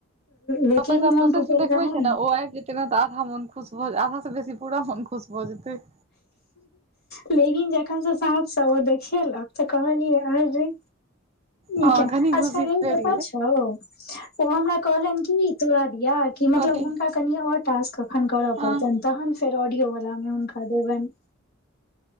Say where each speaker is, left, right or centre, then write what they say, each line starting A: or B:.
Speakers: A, on the left; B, on the right.
A: लेकिन
B: पैसा
A: मोन
B: प्रोसेस
A: टूटल
B: मे देखबे
A: रहे
B: छै ने ओ आबि जेत। <unintelligible> तऽ आधा मन खुश भऽ आधा से बेसी पूरा मन खुश भऽ जेतै।
A: लेकिन जखन से साँझ से ओ देखेल आब तऽ कहलियै अरे। इ
B: हँ
A: केना
B: कनी
A: अच्छा
B: खुशी
A: गै इ
B: भेट
A: पता
B: गेलै
A: छौ। ओ हमरा कहलनि कि तोरा दिया कि मतलब
B: कथी
A: हुनिका कनि आओर टास्क। एखन करय
B: हँ
A: पड़तनि तखन फेर ऑडियो वलामे हुनका देबनि।